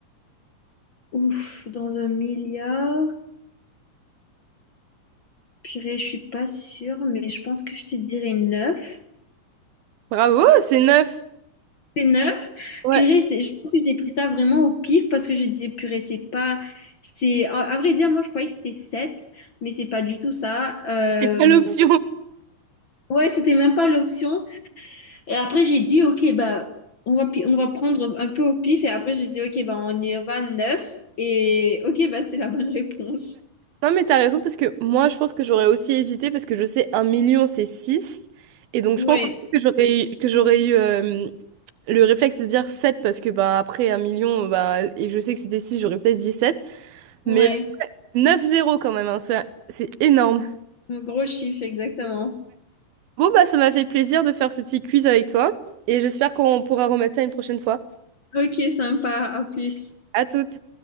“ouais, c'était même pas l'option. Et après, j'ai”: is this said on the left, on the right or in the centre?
Left